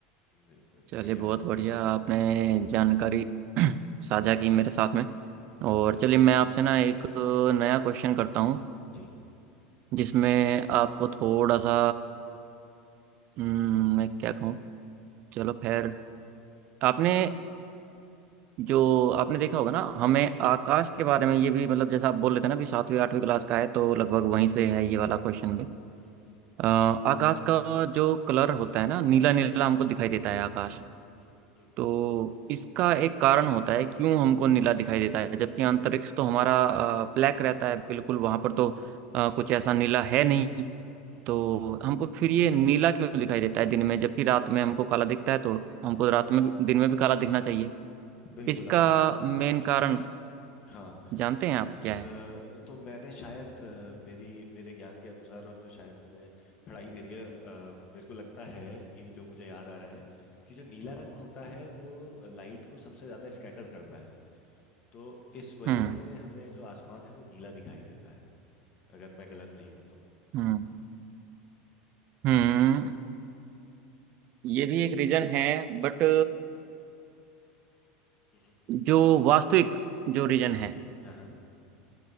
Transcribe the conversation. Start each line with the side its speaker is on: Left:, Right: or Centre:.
Left: बिल्कुल
Right: चलिए
Left: बढ़िया
Right: बहुत
Left: बढ़िया
Right: बढ़िया
Left: था हम्म,
Right: आपने जानकारी <clears throat> साझा की मेरे साथ में
Left: हम्म,
Right: और
Left: हम्म,
Right: चलिए मैं आपसे ना एक नया क्वेश्चन करता हूँ
Left: जी
Right: जिसमें आपको थोड़ा सा हम्म, मैं क्या कहूँ चलो
Left: हम्म,
Right: खैर आपने जो आपने देखा होगा ना हमें आकाश के बारे में ये भी मतलब जैसा आप बोल रहे थे ना भी सातवीं आठवीं क्लास का है तो लगभग वहीं से है ये वाला क्वेश्चन भी
Left: हम्म,
Right: अ, आकाश का जो कलर होता है ना नीला नीला हमको दिखाई देता है आकाश
Left: हम्म, हम्म,
Right: तो इसका एक कारण होता है क्यों हमको नीला दिखाई देता है जबकि अंतरिक्ष तो हमारा ब्लैक रहता है बिल्कुल वहां पर तो अ, कुछ ऐसा नीला है नहीं
Left: हम्म,
Right: तो
Left: हम्म।
Right: हमको फिर ये नीला क्यों दिखाई देता है दिन में जबकि रात में हमको काला दिखता है तो हमको रात में भी दिन में भी काला दिखना चाहिए
Left: बिल्कुल
Right: इसका
Left: आप
Right: मेन कारण
Left: हाँ
Right: जानते हैं आप
Left: अ,
Right: क्या है
Left: तो मैंने शायद अ, मेरी मेरे ज्ञान के अनुसार और जो शायद मैंने पढ़ाई करी है अ, मेरे को लगता है कि जो मुझे याद आ रहा है कि जो नीला रंग होता है वो लाइट को सबसे ज्यादा स्कैटर करता है तो इस वजह
Right: हम्म
Left: से हमें जो आसमान है वो नीला दिखाई देता है अगर मैं गलत नहीं हूं तो
Right: हम्म हम्म ये भी एक रीजन है बट
Left: हम्म हम्म
Right: जो वास्तविक जो रीजन है
Left: हाँ